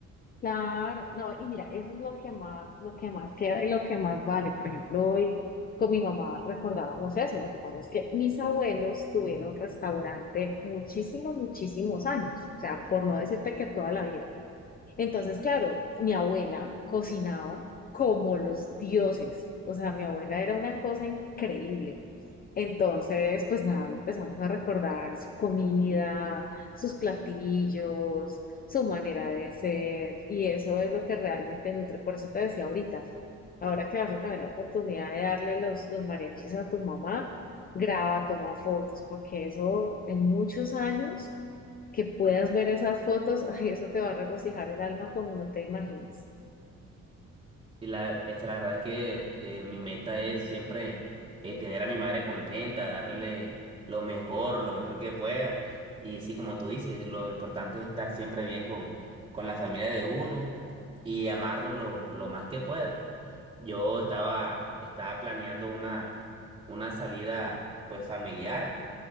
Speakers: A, on the left; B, on the right.
A: claro, no, y mira, eso es lo que más, lo que más queda y lo que más vale. Por ejemplo, hoy con mi mamá recordábamos eso, lo que pasa es que mis abuelos tuvieron restaurante muchísimos, muchísimos años, o sea, por no decirte que toda la vida. Entonces, claro, mi abuela cocinaba como los dioses. O sea, mi abuela era una cosa increíble. Entonces, pues nada, empezamos a recordar su comida, sus platillos, su manera de ser, y eso es lo que realmente nutre. Por eso te decía ahorita, ahora que vas a tener la oportunidad de darle los, los mariachis a tu mamá, graba, toma fotos, porque eso en muchos años que puedas ver esas fotos, <laughs> ay, eso te va a regocijar el alma como no te imaginas.
B: Y la, este, la verdad es que eh, mi meta es siempre eh, tener a mi madre contenta, darle lo mejor, lo mejor que pueda. Y sí, como tú dices, lo importante es estar siempre bien con, con la familia de uno y amarlo lo, lo más que pueda. Yo estaba, estaba planeando una, una salida pues familiar,